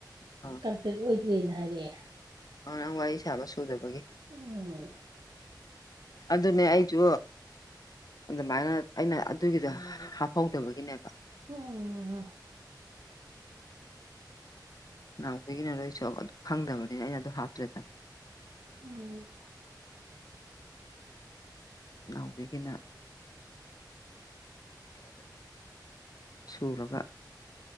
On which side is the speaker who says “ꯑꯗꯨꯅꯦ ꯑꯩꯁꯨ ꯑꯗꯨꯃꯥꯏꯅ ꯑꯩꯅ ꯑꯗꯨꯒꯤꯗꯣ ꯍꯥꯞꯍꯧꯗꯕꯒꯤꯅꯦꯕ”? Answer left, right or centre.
Left